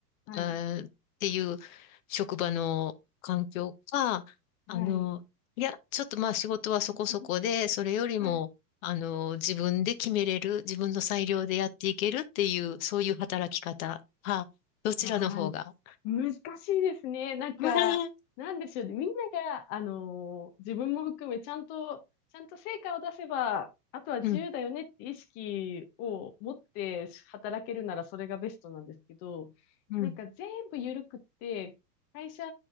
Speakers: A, on the left; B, on the left.
A: はい。
B: えーっていう職場の環境か、あの、
A: はい。
B: いや、ちょっとまあ仕事はそこそこで、
A: <laughs>
B: それよりも、
A: はい。
B: あの、自分で決めれる、自分の裁量でやっていけるっていう、そういう働き方か、どちらの方が。
A: まあ、難しいですね。なんか、
B: <laughs>
A: なんでしょうね。みんなが、あのー自分も含め、ちゃんと、ちゃんと成果を出せば、あとは自由だよねって意識を持って働けるならそれがベストなんですけど、
B: うん、うん、
A: なんか全部緩くって、会社